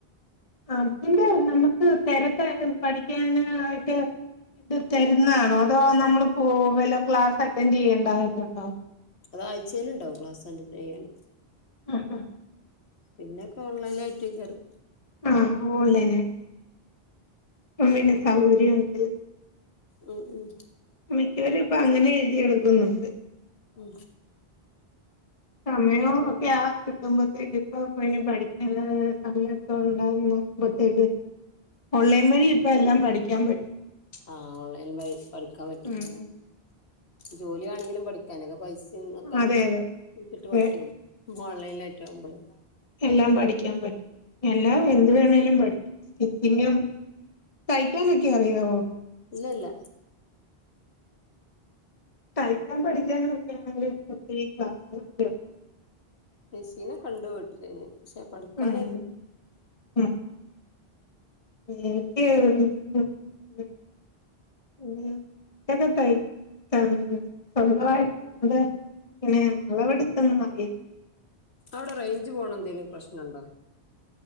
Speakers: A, on the left; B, on the left.
A: അതിന്റെ നമ്മക്ക് തരത്ത് പഠിക്കാനായിട്ട് ഇത് തരുന്നാണോ അതോ നമ്മള് പോ വല്ല ക്ലാസ്സ് അറ്റൻഡ് ചെയ്യേണ്ടായിട്ടുണ്ടോ?
B: അത് ആഴ്ചയിലുംണ്ടാവും ക്ലാസ് സന്റ പെയ്യാണ്.
A: ആ ആ
B: പിന്നെ ഒക്കെ ഓൺലൈൻ ആയിട്ട് കേറും.
A: ആഹ് ഓൺലൈൻ ആയിട്ട് അപ്പ പിന്നെ സൗകര്യ ഉണ്ട്
B: ഉ ഉ
A: മിക്കവരും ഇപ്പൊ അങ്ങനെ എഴ്തി എടുക്കുന്നുണ്ട്.
B: ഉം
A: സമയം ഒക്കെ ആ കിട്ടുമ്പത്തേക്ക് ഇപ്പോ പിന്നേ പഠിക്കാന സമയം. ഇണ്ടാകുമ്പോത്തേക്ക് ഓൺലൈൻ വഴി ഇപ്പ എല്ലാം പഠിക്കാൻ പ
B: ആഹ് ഓൺലൈൻ വഴി പഠിക്കാൻ പറ്റൂ
A: ഉം
B: ജോലിയാണെങ്കിലും പഠി അതിനൊക്കെ പൈസിം ഒക്കെ
A: അതെ അതെ
B: വച്ചിട്ട്
A: അതെ
B: പറ്റുള്ളൂ, ഓൺലൈലായിട്ട് ആവുമ്പള്.
A: എല്ലാം പഠിക്കാൻ പറ്റും, എല്ലാം എന്ത് വേണേലും പഠി സ്റ്റിച്ചിങ്ങും തയ്ക്കാനൊക്കെ അറിയാവോ?
B: ഇല്ല ല്ല
A: തയ്ക്കാൻ പഠിക്കാനൊക്കൊ ആണെ <unintelligible> <unintelligible>
B: മിഷീനെക്കണ്ട് വ്ട്ടില് പക്ഷെ പഠിക്കാനായിരുന്നു
A: ഉം <unintelligible> <unintelligible> <unintelligible> <unintelligible> സ്വന്തമായി <unintelligible> പിന്നെ അളവെടുത്തൊന്നും അറിയത്തി
B: അവടെ റേഞ്ച് പോണന്തേലും പ്രശ്നണ്ടോ?